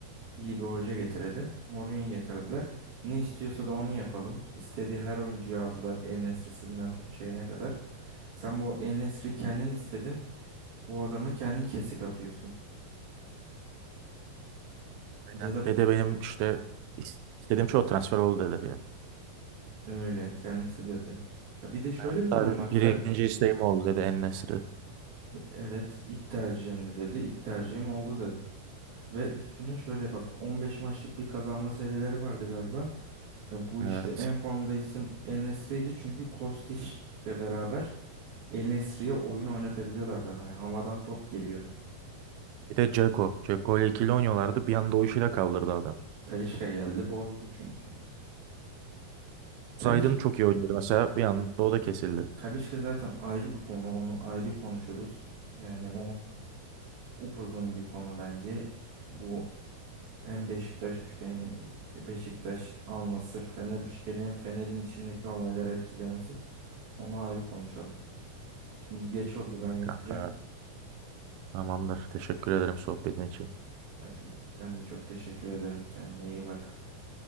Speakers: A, on the right; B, on the right.
A: iyi bir hoca getirelim. Mourinho getirdiler. Ne istiyorsa da onu yapalım. İstediği her oyuncuyu aldılar. En-Nesyri'sinden tut şeyine kadar. Sen bu En-Nesyri kendin istedin. Bu adama kendin kesik atıyorsun.
B: Aynen.
A: Ya da
B: Dede benim işte is- istediğim çoğu transfer oldu dedi benim.
A: öyle kendisi dedi. Ya bir de şöyle
B: Hatta
A: bir durum
B: dedi,
A: var. Sen
B: birinci isteğim oldu dedi En-Nesyri.
A: evet ilk tercihimdi dedi. İlk tercihim oldu dedi. Ve üstüne şöyle bak 15 maçlık bir kazanma serileri vardı galiba. Ve bu işte
B: Evet.
A: en formda isim El Nesri'ydi. Çünkü Kostiç'le beraber El Nesri'ye oyun oynatabiliyorlardı. Hani havadan top geliyordu.
B: Bir de Dzeko. Dzeko ile ikili oynuyorlardı. Bir anda o işi de kaldırdı adam.
A: Talisca geldi bozdu çünkü. Talisca,
B: Zaydın çok iyi oynuyordu mesela. Bir anda o da kesildi.
A: Talisca zaten ayrı bir konu. Onu ayrı konuşuruz. Yani o upuzun bir konu bence. Bu Hem Beşiktaş üçgeni, Beşiktaş, Anlasır, Fener üçgeni hem Fener'in içindeki olayları etkilemesi. Onu ayrı konuşalım. Şimdi geç oldu ben yatacağım.
B: Kanka. Tamamdır. Teşekkür ederim sohbetin için.
A: Hadi, ben de çok teşekkür ederim. Kendine iyi bak.